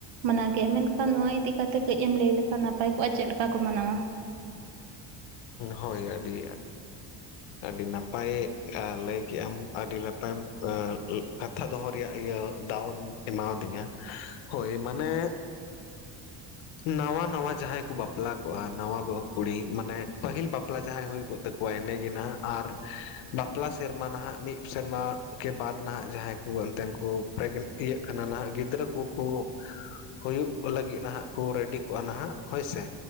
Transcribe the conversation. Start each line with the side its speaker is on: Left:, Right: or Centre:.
Right: ᱢᱟᱱᱟᱣ ᱜᱮᱭᱟ, ᱢᱮᱱᱠᱷᱟᱱ ᱱᱚᱣᱟ ᱤᱫᱤ ᱠᱟᱛᱮᱫ ᱠᱟᱹᱡ ᱮᱢ ᱞᱟᱹᱭ ᱞᱮᱠᱷᱟᱱ ᱱᱟᱯᱟᱭ ᱠᱚᱜ-ᱟ ᱪᱮᱫ ᱞᱮᱠᱟ ᱠᱚ ᱢᱟᱱᱟᱣᱟ᱾
Left: ᱦᱳᱭ ᱟᱹᱰᱤ ᱟᱹᱰᱤ ᱱᱟᱯᱟᱭ ᱟ ᱞᱟᱹᱭ ᱠᱮᱜ ᱟᱢ ᱟᱹᱰᱤ ᱞᱟᱛᱟᱢ ᱠᱟᱛᱷᱟ ᱫᱚᱦᱚ ᱨᱮᱭᱟᱜ ᱤᱭᱟᱹ ᱫᱟᱣᱮᱢ ᱮᱢᱟᱫᱤᱧᱟ ᱦᱳᱭ ᱢᱟᱱᱮ
Right: <unintelligible>
Left: ᱱᱟᱶᱟ ᱱᱟᱶᱟ ᱡᱟᱦᱟᱸᱭ ᱠᱚ ᱵᱟᱯᱞᱟ ᱠᱚᱜᱼᱟ ᱱᱟᱣᱟ ᱵᱟᱦᱩ ᱠᱩᱲᱤ ᱢᱟᱱᱮ ᱯᱟᱹᱦᱤᱞ ᱵᱟᱯᱞᱟ ᱡᱟᱦᱟᱸᱭ ᱦᱩᱭ ᱠᱚᱜ ᱛᱟᱠᱚᱣᱟ ᱮᱱᱮ ᱜᱮ ᱱᱟᱦᱟᱸᱜ ᱟᱨ ᱵᱟᱯᱞᱟ ᱥᱮᱨᱢᱟ ᱱᱟᱦᱟᱸᱜ ᱢᱤᱜ ᱥᱮᱨᱢᱟ ᱠᱮ ᱵᱟᱫ ᱱᱟᱦᱟᱸᱜ ᱡᱟᱦᱟᱸᱭ ᱠᱩ ᱮᱱᱛᱮ ᱠᱩ ᱯᱨᱮᱜᱽ ᱤᱭᱟᱹᱜ ᱠᱟᱱᱟ ᱱᱟᱦᱟᱸᱜ ᱜᱤᱫᱽᱨᱟᱹ ᱠᱩᱠᱩ
Right: <unintelligible>
Left: ᱦᱩᱭᱩᱜ ᱞᱟᱹᱜᱤᱫ ᱱᱟᱦᱟᱸᱜ ᱠᱚ ᱨᱮᱰᱤ ᱠᱚᱜ-ᱟ ᱱᱟᱦᱟᱸᱜ ᱦᱳᱭ ᱥᱮ